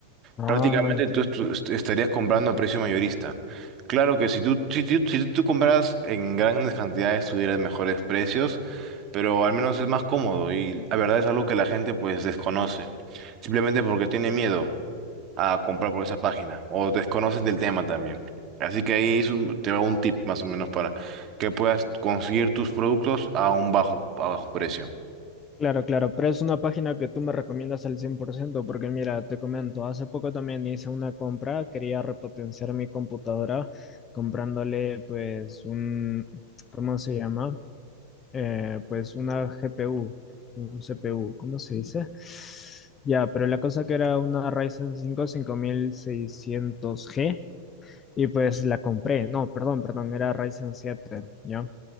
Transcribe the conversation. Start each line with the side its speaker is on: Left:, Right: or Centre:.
Left: Ah,
Right: Prácticamente
Left: entiendo.
Right: tú estu- est- estarías comprando a precio mayorista. Claro que si tú, si tú, si tú compras en grandes cantidades, tuvieras mejores precios. pero al menos es más cómodo y la verdad es algo que la gente pues desconoce, simplemente porque tiene miedo a comprar por esa página o desconocen del tema también. Así que ahí es un- te va un tip más o menos para que puedas conseguir tus productos a un bajo, a bajo precio.
Left: Claro, claro, pero es una página que tú me recomiendas al 100%, porque mira, te comento, hace poco también hice una compra, quería repotenciar mi computadora comprándole pues un, ¿cómo se llama? eh, pues una GPU, un CPU, ¿cómo se dice? Ya, pero la cosa que era una Ryzen cinco cinco mil seiscientos g y pues la compré, no, perdón, perdón, era Ryzen siete, ¿ya?